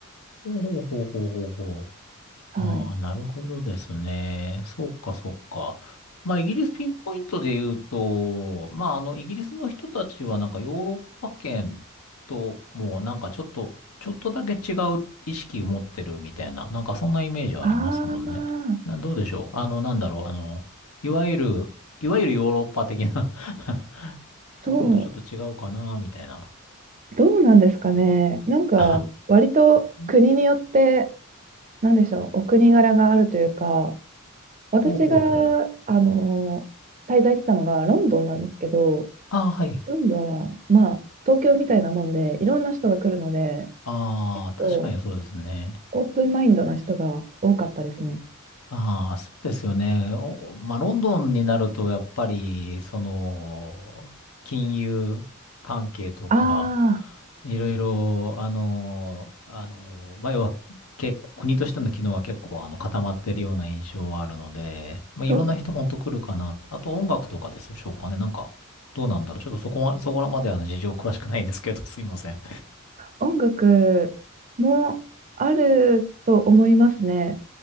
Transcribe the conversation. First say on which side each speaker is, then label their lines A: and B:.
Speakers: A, on the left (about 80°); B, on the right (about 35°).
A: ほうほうほうほうほうほう。
B: はい。
A: ああ、なるほどですね。そうか、そうか。まあ、イギリスピンポイントで言うと、まあ、あの、イギリスの人たちはなんかヨーロッパ圏ともうなんかちょっと、ちょっとだけ違う意識を持ってるみたいな、なんかそんなイメージはありますもんね。
B: ああ、
A: な、どうでしょう。あの、なんだろう。あの、いわゆる、いわゆるヨーロッパ的な <laughs> ところとちょっと違うかな、
B: そ
A: みたいな。
B: う、どうなんですかね。なんか、
A: <laughs>
B: 割と国によって、
A: ん
B: なんでしょう、お国柄があるというか、私が、
A: ほうほうほう。
B: あの滞在してたのがロンドンなんですけど、
A: ああ、はい。
B: ロンドンは、まあ、東京みたいなもんで、いろんな人が来るので、
A: ああ、
B: 結構
A: 確かにそうですね。
B: オープンマインドな人が多かったですね。
A: ああ、そうですよね。おまあ、ロンドンになると、やっぱり、その、金融関係とか、
B: ああ、
A: いろいろ、あの、あの、まあ、要は、結構、国としての機能は結構、あの、固まってるような印象はあるので、まあ、いろんな人ほんと来るかなって。
B: そうですね。
A: あと、音楽とかでしょうかね。なんか、どうなんだろう。ちょっとそこは、そこまで、あの、事情詳しくないんですけど、すいません。
B: 音楽もあると思いますね。